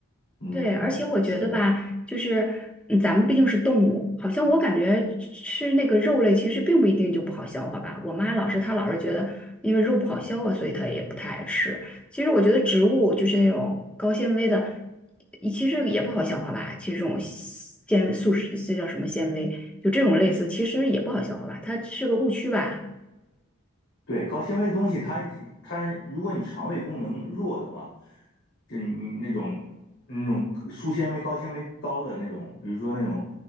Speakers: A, on the left; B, in the centre.
A: 嗯嗯。
B: 对，而且我觉得吧，就是嗯咱们毕竟是动物，好像我感觉吃那个肉类其实并不一定就不好消化吧。我妈老是她老是觉得，因为肉不好消化，所以她也不太爱吃。其实我觉得植物就是那种高纤维的，也其实也不好消化吧。其实这种纤维素食，这叫什么纤维？就这种类似，其实也不好消化吧。它是个误区吧。
A: 对，高纤维的东西它，它如果你肠胃功能弱的话，就你你那种那种粗纤维、高纤维高的那种，比如说那种，